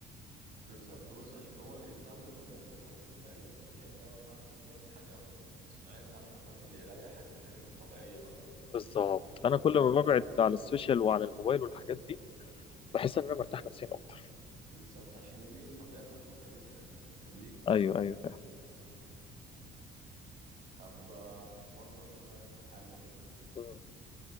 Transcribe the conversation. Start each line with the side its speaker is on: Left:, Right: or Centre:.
Right: بالظبط بص عشان هو الانسان بطبيعته حاجات طبيعيه السوشيال ده مهما كان حاجه من من صناعتنا احنا فاهم اللي يريحك الحاجات الطبيعيه بقى
Left: بالظبط
Right: اللي
Left: انا
Right: هو
Left: كل
Right: تقعد
Left: ما
Right: بقى
Left: ببعد
Right: في الهدوء
Left: عن السوشيال وعن الموبايل والحاجات دي بحس ان انا مرتاح نفسيا اكتر
Right: بالظبط عشان هي دي طبيعتك وغريزتك يعني فاهمني
Left: ايوه ايوه فاهم
Right: طب آه، برضه اخد رايك في حاجه كده
Left: مم.